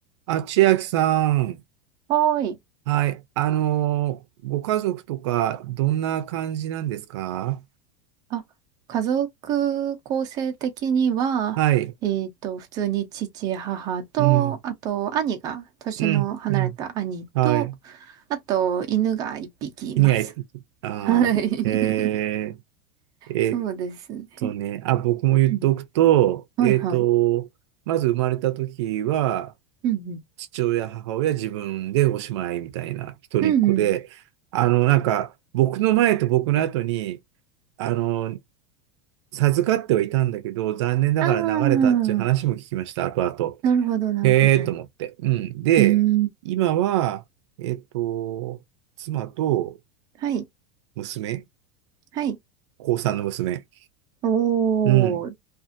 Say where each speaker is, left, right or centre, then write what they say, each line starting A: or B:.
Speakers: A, on the right (about 80°); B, on the right (about 25°).
A: あ、千秋さん。
B: はーい。
A: はい。あのーご家族とか、どんな感じなんですか
B: あ、家族構成的には、
A: はい。
B: えっと、普通に父、母と、
A: うん。
B: あと兄が、年の離れた兄と、
A: うん。うん。はい。
B: あと犬が一匹います。
A: 犬がいああ、
B: はい。<laughs>
A: えー、えっ
B: そうですね。
A: とね、あ、僕も言っとくと、
B: うんはいはい。
A: えっと、まず生まれた時は、
B: うん
A: 父親、母親、自分でおしまいみたいな、一人っ子で、
B: うん。うんうん。
A: あの、なんか、僕の前と僕の後に、あの、授かってはいたんだけど、残念ながら流れたっていう話も聞きました、
B: ああ、
A: 後々。
B: なるほど、なるほど。
A: へえーと思って。うん。で、
B: うーん。
A: 今は、えっと、妻と
B: はい。
A: 娘、
B: はい。
A: 高3の娘、
B: お
A: うん、
B: ー。